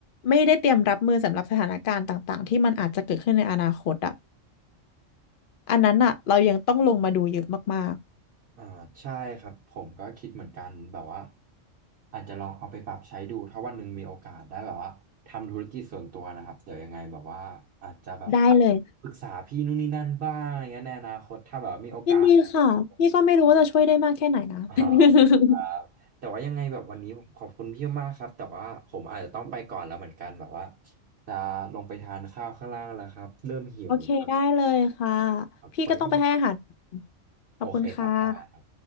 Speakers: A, on the left (about 55°); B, on the right (about 60°).
A: ไม่ได้เตรียมรับมือสำหรับสถานการณ์ต่างๆที่มันอาจจะเกิดขึ้นในอนาคตอะอันนั้นอะเรายังต้องลงมาดูเยอะมาก
B: อ่าใช่ครับผมก็คิดเหมือนกันแบบว่าอาจจะลองเอาไปปรับใช้ดูถ้าวันหนึ่งมีโอกาสได้แบบว่าทำธุรกิจส่วนตัวนะครับเดี๋ยวยังไงแบบว่าอาจจะแบบ
A: ๆได้เลย
B: ปรึกษาพี่นู่นนี่นั่นบ้างอะไรเงี้ยในอนาคตถ้าแบบว่ามีโอกาสอะไรครับ
A: ยินดีค่ะพี่ก็ไม่รู้ว่าจะช่วยได้มากแค่ไหนนะ
B: อ่าโอเคครับแต่ว่ายังไงแบบวันนี้ผมขอบคุณพี่มากครับ
A: <laughs>
B: แต่ว่าผมอาจจะต้องไปก่อนแล้วเหมือนกันแบบว่าจะลงไปทานข้าวข้างล่างแล้วครับ เริ่มหิวแล้วครับ
A: โอเคได้เลยค่ะ
B: ครับไว้ให้
A: พี่ก็ต้องไปให้อาหารขอบคุณค่ะ
B: โอเคครับ ได้ครับ